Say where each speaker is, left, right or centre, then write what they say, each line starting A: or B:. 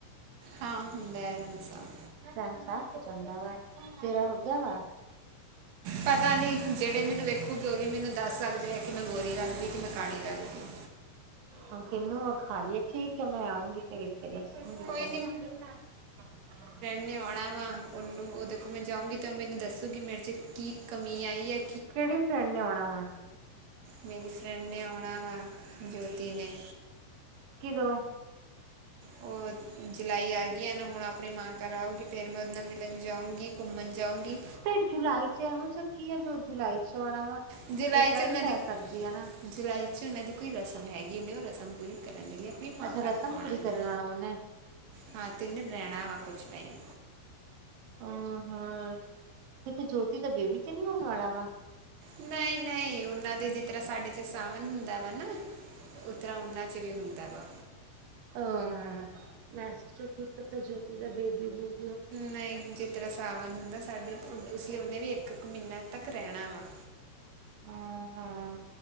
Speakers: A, on the right; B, on the right.
A: ਹਾਂ ਹੁੰਦਾ ਐ ਰੰਗ ਸਾਫ਼।
B: ਰੰਗ ਸਾਫ਼ ਹੋ ਜਾਂਦਾ ਵਾ ਤੇਰਾ ਹੋ ਗਿਆ ਵਾ।
A: ਪਤਾ ਨੀ ਜਿਹੜੇ ਮੈਨੂੰ ਵੇਖੋਗੇ ਉਹੀ ਮੈਨੂੰ ਦੱਸ ਸਕ ਵੇਖ ਕੇ ਮੈਂ ਗੋਰੀ ਲਗਦੀ ਕਿ ਮੈਂ ਕਾਲੀ ਲੱਗਦੀ।
B: ਹੁਣ ਕਿਹਨੂੰ ਵਖਾਲੀਏ ਠੀਕ ਏ ਮੈਂ ਆਊਂਗੀ ਤੇਰੇ <unintelligible>
A: ਕੋਈ ਉਹਨੇ ਆਉਣਾ ਵਾ ਉਹਨੂੰ ਉਹਦੇ ਕੋਲ ਮੈਂ ਜਾਊਗੀ ਤੇ ਉਹ ਮੈਨੂੰ ਦੱਸੂਗੀ ਮੇਰੇ ਚ ਕੀ ਕਮੀ ਆਈ ਏ।
B: ਕਿਹੜੀ ਫਰੈਂਡ ਨੇ ਆਉਣਾ ਵਾ?
A: ਮੇਰੀ ਫਰੈਂਡ ਨੇ ਆਉਣਾ ਵਾ ਜੋਤੀ ਨੇ।
B: ਕਿਦੋਂ?
A: ਓ ਜੁਲਾਈ ਆ ਗਈ ਏ ਨਾ ਹੁਣ ਆਪਣੀ ਮਾਂ ਘਰ ਆਉਗੀ ਫਿਰ ਮੈਂ ਉਹਦੇ ਨਾਲ ਮਿਲਣ ਜਾਊਂਗੀ, ਘੁੰਮਣ ਜਾਊਂਗੀ।
B: ਤੇ ਜੁਲਾਈ ਚ ਇਹੋ ਜਿਹਾ ਕੀ ਐ ਜੋ ਜੁਲਾਈ ਚ ਆਉਣਾ ਵਾ,
A: ਜੁਲਾਈ
B: ਏਦਾਂ
A: 'ਚ ਉਹਨਾਂ
B: ਵੀ ਤੇ
A: ਦੀ
B: ਆ ਸਕਦੀ ਏ ਨਾ।
A: ਜੁਲਾਈ 'ਚ ਉਹਨਾਂ ਦੀ ਕੋਈ ਰਸਮ ਹੈਗੀ ਉਹਨੇ ਉਹ ਰਸਮ ਪੂਰੀ ਕਰਨ ਦੇ ਲਈ ਆਪਣੀ ਮਾਂ
B: ਅੱਛਾ
A: ਘਰ
B: ਰਸਮ
A: ਆਉਣਾ
B: ਪੂਰੀ ਕਰਨ
A: ਆ
B: ਆਉਣਾ ਉਹਨੇ।
A: ਹਾਂ ਤੇ ਉਹਨੇ ਰਹਿਣਾ ਵਾ ਕੁਛ ਟਾਈਮ।
B: ਅ ਹਾਂ ਕਿਤੇ ਜੋਤੀ ਦਾ ਬੇਬੀ ਤੇ ਨੀ ਹੋਣ ਵਾਲਾ ਵਾ।
A: ਨਹੀਂ ਨਹੀਂ ਉਹਨਾਂ ਦੇ ਜਿਸ ਤਰ੍ਹਾਂ ਸਾਡੇ ਚ ਸਾਵਨ ਹੁੰਦਾ ਵਾ ਨਾ। ਉਤਰਾ ਉਹਨਾਂ 'ਚ ਵੀ ਹੁੰਦਾ ਵਾ।
B: ਆਹ ਮੈ ਸੋਚਿਆ ਕਿ ਗਿਫਟ ਜੋਤੀ ਦਾ ਬੇਬੀ ਦੀਏ
A: ਨਈ ਜਿਸ ਤਰ੍ਹਾਂ ਸਾਵਣ ਹੁੰਦਾ ਸਾਡੇ ਉਸ ਲਈ ਉਹਨੇ ਵੀ ਇੱਕ-ਇੱਕ ਮਹੀਨਾ ਤੱਕ ਰਹਿਣਾ ਵਾ।
B: ਹਾਂ-ਹਾਂ